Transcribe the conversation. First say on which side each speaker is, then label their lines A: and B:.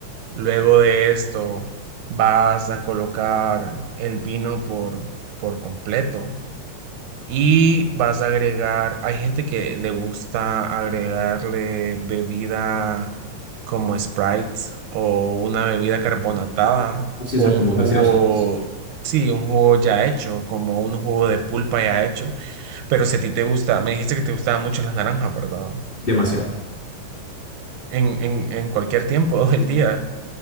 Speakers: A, on the right; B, on the left.
A: Luego de esto, vas a colocar el vino por, por completo y vas a agregar, hay gente que le gusta agregarle bebida como Sprite o una bebida carbonatada
B: así, o
A: o
B: sea, como
A: un jugo,
B: gaseosa, pues,
A: sí, un jugo ya hecho, como un jugo de pulpa ya hecho. Pero si a ti te gusta, me dijiste que te gustaban mucho las naranjas, ¿verdad?
B: demasiado.
A: En, en, en cualquier tiempo <laughs> del día.